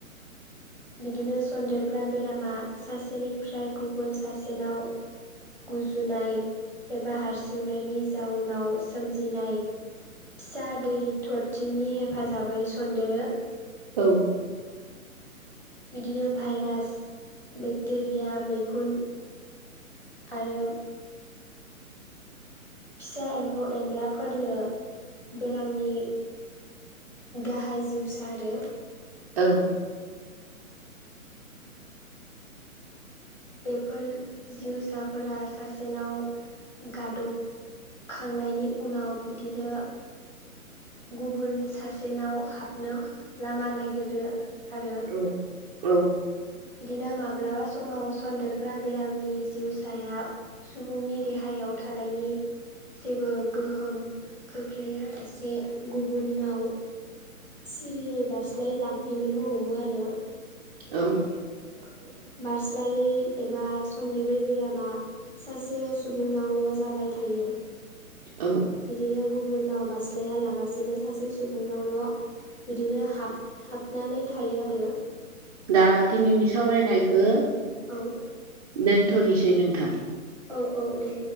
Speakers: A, in the centre; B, on the right.
A: बिदिनो सन्देरग्रा बेरामा सासेनिफ्राय गुबुन सासेनाव गुजुनाय एबा हारसिंनायनि जाउनाव सोमजिनाय फिसा दै थरथिंनि हेफाजाबै सन्देरो
B: औ
A: बिदिनो भाइरास बेक्टेरिया मैखुन आरो फिसा एम्फौ एनलाफोरनो बेरामनि गाहाय जिउ सा आरो
B: औ
A: बेफोर जिउसाफोरा सासेनाव गादब खांनायनि उनाव बिदिनो गुबुन सासेनाव हाबनो लामा नागिरो आरो
B: औ -औ
A: बिदिनो माब्लाबा समाव सन्देरग्रा बेरामनि जिउसाया सुबुंनि देहायाव थानायनि जेबो गोहोम खोख्लैया सासे गुबुननाव सिरियै बारस्लाय लांफिननोबो हमो आरो
B: औ <inaudible>
A: बारस्लायै एबा सन्देरै बेरामा सासे सुबुंनावल' जाबाय थायो
B: औ
A: बिदिनो गुबुननाव बास्लाया लाबासिनो सासे सुबुंनावल' बिदिनो हाब हाबनानै थायो आरो
B: दा दिनैनि सावरायनायखौ
A: औ
B: दोनथ'निसै नोंथां
A: औ -औ दे